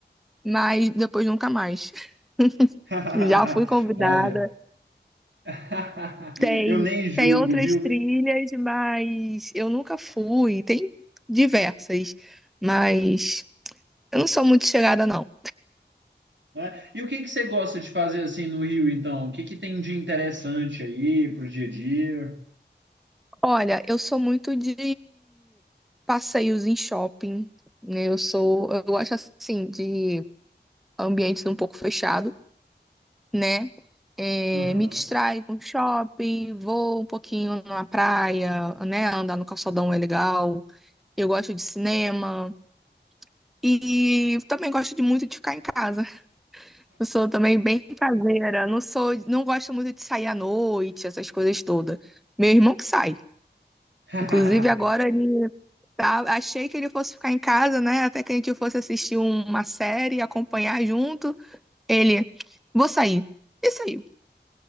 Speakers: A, in the centre; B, on the right.
A: Mas depois nunca mais. <laughs>
B: <laughs>
A: Já fui convidada.
B: Olha, <laughs>
A: Tem,
B: eu nem julgo,
A: tem outras
B: viu?
A: trilhas, mas eu nunca fui. Tem diversas, mas eu não sou muito chegada, não.
B: Né? E o que que você gosta de fazer assim no Rio, então? O que que tem de interessante aí pro dia a dia?
A: Olha, eu sou muito de passeios em shopping, né? Eu sou, eu gosto assim de ambientes um pouco fechado, né? É,
B: Aham.
A: me distraio com shopping, vou um pouquinho na praia, né? Andar no calçadão é legal. Eu gosto de cinema e também gosto de muito de ficar em casa. Eu sou também bem caseira, não sou, não gosto muito de sair à noite, essas coisas todas. Meu irmão que sai.
B: <laughs>
A: Inclusive agora ele Tá, achei que ele fosse ficar em casa, né? Até que a gente fosse assistir uma série, acompanhar junto. Ele, vou sair. E saiu.